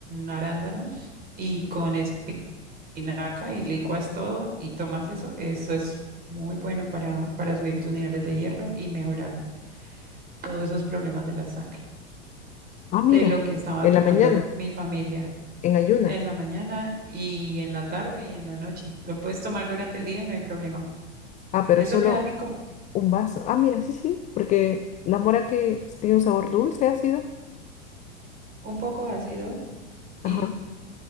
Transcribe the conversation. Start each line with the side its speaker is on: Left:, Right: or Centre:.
Right: arándanos y con espinaca y licuas todo y tomas eso, eso es muy bueno para, para subir tus niveles de hierro y mejorar todos esos problemas de la sangre,
Left: Ah,
Right: de
Left: mira,
Right: lo que estaba
Left: en
Right: tomando
Left: la mañana,
Right: mi familia
Left: en ayunas.
Right: en la mañana y en la tarde y en la noche. Los puedes tomar durante el día y no hay problema.
Left: Ah, pero
Right: Eso
Left: solo
Right: queda rico,
Left: un vaso. Ah, mira, sí, sí, porque la mora que tiene un sabor dulce, ácido.
Right: un poco ácido
Left: Ajá.
Right: y